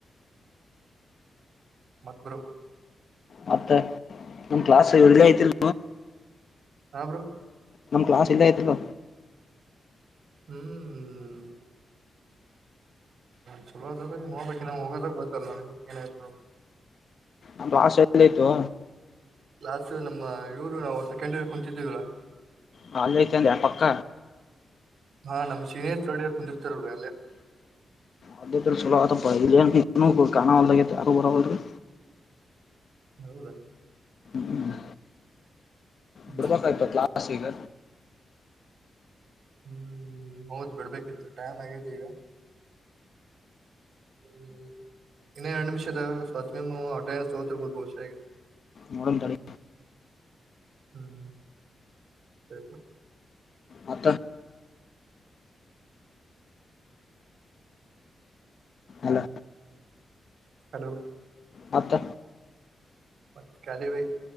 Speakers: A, on the right (about 70°); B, on the left (about 60°).
A: ಮತ್ತ ಬ್ರೋ.
B: ಮತ್ತೆ ನಮ ಕ್ಲಾಸ್ ಇರ್ದ ಐತಿಲ್.
A: ಹ ಬ್ರೋ.
B: ನಮ್ಮ್ ಕ್ಲಾಸ್ ಇಲ್ಲ ಆಯ್ತಿಲ್ಲ.
A: ಹ್ಮ ಚಲ ಅದು ನೋಡಬೇಕು ಏನಾಗುತ್ತೆ ಅಂತ.
B: ಅ ಭಾಷೆ ಎಲ್ಲೋಯ್ತು.
A: ಕ್ಲಾಸ್ ನಮ್ಮ ಇವರು ನಾವು ಸೆಕೆಂಡ್ ಇಯರ್ ಕುಂತಿದೀವರ.
B: ನಾಲ್ಐತೆಂದ ಆ ಪಕ್ಕ.
A: ಹಾ ನಮ್ ಸೀನಿಯರ್ ಥರ್ಡ್ ಇಯರ್ ಕುಂಡ್ರಿತಾಳ ಅಲ್ಲೇ.
B: ಅದ ಸಲೋ ಕಾಣದ ಯಾರು ಬರವಲರು.
A: ಹೌದಾ.
B: ಹ್ಮ. ಬಿಡ್ಬೇಕಾಯ್ತ
A: ನೋಡ್ತೀನಿ ತಗೊಳ್ರಿ
B: ಕ್ಲಾಸ್
A: ಅವ್ರು.
B: ಈಗ.
A: ಹ್ಮ್ ಹೌದು್ ಬಿಡ್ಬೇಕಿತ್ತು ಟೈಮ್ ಆಗೇತಿ ಈಗ ಹ್ಮ ಇನ್ನ ಎರಡು ನಿಮಿಷದ ಸ್ವ ಅಟೆಂಡೆನ್ಸ್ ತಗೋತಿರ್ಬೋದು ಬಹುಶ ಈಗ.
B: ನೋಡಮ್ ತಡಿ.
A: ಹ್ಮ್ ಸರಿ.
B: ಮತ್ತ ಅಲ್ಲ
A: ಹಲೋ
B: ಹತ್ತ
A: ಮತ್ ಕಾಲಿವೈ